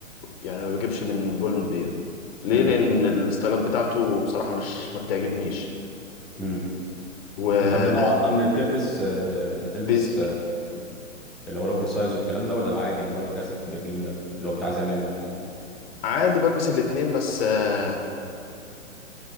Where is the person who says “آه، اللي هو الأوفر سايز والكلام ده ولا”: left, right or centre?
Centre